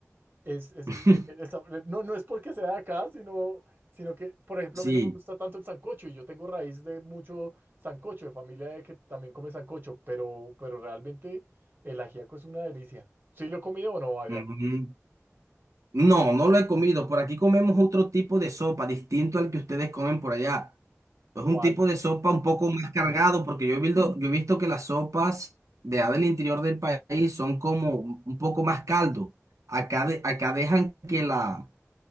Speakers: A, on the right (about 40°); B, on the right (about 85°).
A: Es, es-
B: <laughs>
A: es- es- es- no, no es porque sea de acá, sino, sino que, por ejemplo,
B: Sí.
A: a mí no me gusta tanto el sancocho y yo tengo raíz de mucho sancocho, de familia de que también come sancocho, pero, pero realmente el ajiaco es una delicia. ¿Sí lo he comido o no, Adrián?
B: Ujú. No, no lo he comido. Por aquí comemos otro tipo de sopa distinto al que ustedes comen por allá. Es
A: ¿Cuál?
B: un tipo de sopa un poco más cargado, porque yo he visto, yo he visto que las sopas de allá del interior del país son como un un poco más caldo. Acá, de- acá dejan que, la,